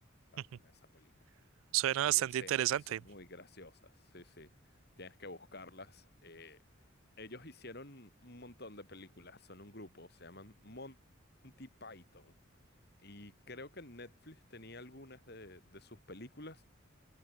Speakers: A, on the right; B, on the left.
A: <laughs>
B: con esa película.
A: Suena
B: Hay
A: bastante
B: escenas
A: interesante.
B: que son muy graciosas, sí, sí, tienes que buscarlas. eh, ellos hicieron un montón de películas, son un grupo, se llaman Monty Python. Y creo que Netflix tenía algunas de de sus películas